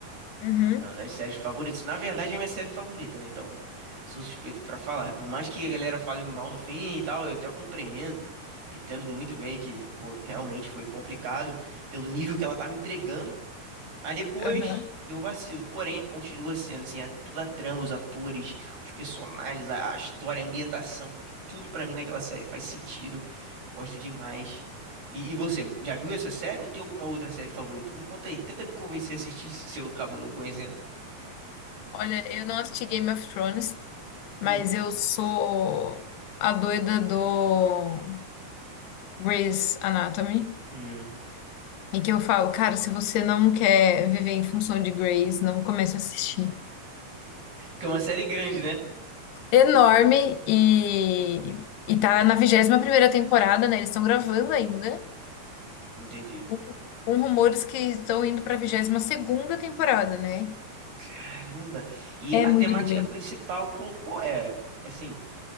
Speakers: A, on the left; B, on the right.
A: Uhum.
B: É uma das séries favoritas. Na verdade, é minha série favorita, né? Então, sou suspeito pra falar. Por mais que a galera fale mal do fim e tal, eu até compreendo. Entendo muito bem que, pô, realmente foi complicado pelo nível que ela tava entregando Mas depois
A: Aham.
B: deu um vacilo. Porém, continua sendo assim, a, toda a trama, os atores, os personagens, a, a história, a ambientação, tudo pra mim naquela série faz sentido. Gosto demais. E, e você, já viu essa série ou tem alguma outra série favorita? Me conta aí, tenta me convencer a assistir se se eu acabo não conhecendo.
A: Olha, eu não assisti Game of Thrones,
B: Hum,
A: mas eu sou a doida do Grey's Anatomy.
B: hum.
A: E que eu falo, cara, se você não quer viver em função de Grey's, não comece a assistir.
B: Porque é uma série grande, né?
A: Enorme e, e tá na vigésima primeira temporada, né? Eles estão gravando ainda,
B: Entendi.
A: com com rumores que estão indo pra vigésima segunda temporada, né?
B: Caramba! E
A: É
B: a
A: muito
B: temática
A: grande.
B: principal, qual, qual é? Assim,